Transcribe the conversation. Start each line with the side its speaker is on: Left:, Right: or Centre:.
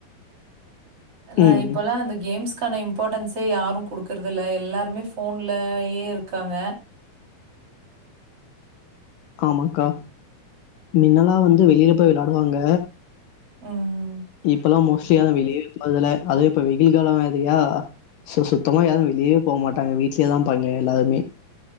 Right: நா
Left: ம்
Right: இப்பெல்லா அந்த கேம்ஸ் க்கான இம்பார்ட்டன்ஸே யாரு குடுக்கறதில்ல எல்லாருமே ஃபோன்லயே இருக்காங்க
Left: ஆமாக்கா இனிமேல்லா வந்து வெளியில போய் வெளாடுவாங்க
Right: ம்ம்
Left: இப்பல்லா மோஸ்ட்லியா நா வெளியவே போறதில்ல அதுவு இப்போ வெயில் காலோ வருது இல்லையா சோ சுத்தமாக யாரு வெளியே போக மாட்டாங்க வீடிலேய தான் பாருங்க எல்லாருமே